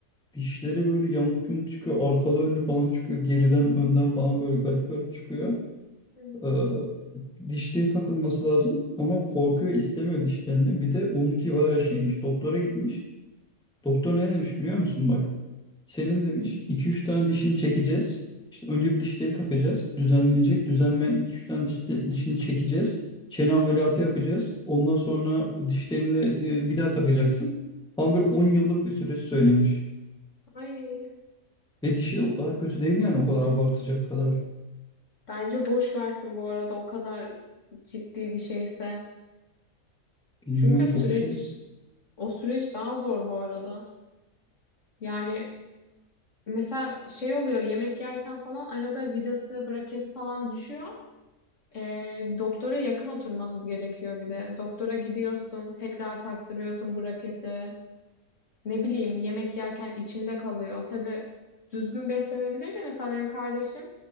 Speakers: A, in the centre; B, on the left (about 55°).
A: dişleri böyle yamuk yumuk çıkıyor. Arkalı önlü falan çıkıyor. Geriden önden falan böyle garip garip çıkıyor.
B: Hmm.
A: Ee, dişleri takılması lazım ama korkuyor istemiyor dişlerini. Bir de onunki bayağı şeymiş. Doktora gitmiş. Doktor ne demiş biliyor musun bak? Senin demiş iki üç tane dişini çekeceğiz. İşte önce bir dişleri takacağız. Düzenleyecek. Düzenleyen iki üç tane diş, dişini çekeceğiz. Çene ameliyatı yapacağız. Ondan sonra dişlerini e, bir daha takacaksın. Falan böyle 10 yıllık bir süreç söylemiş.
B: Ay,
A: Ve dişi de o kadar kötü değil yani o kadar abartacak kadar.
B: bence boş versin bu arada o kadar ciddi bir şeyse.
A: Bilmiyorum
B: Çünkü
A: çok
B: süreç,
A: şey.
B: o süreç daha zor bu arada. Yani mesela şey oluyor yemek yerken falan arada vidası, braketi falan düşüyor. Ee, doktora yakın oturmanız gerekiyor bir de. Doktora gidiyorsun, tekrar taktırıyorsun braketi. Ne bileyim yemek yerken içinde kalıyor. Tabii düzgün beslenebilir de mesela benim kardeşim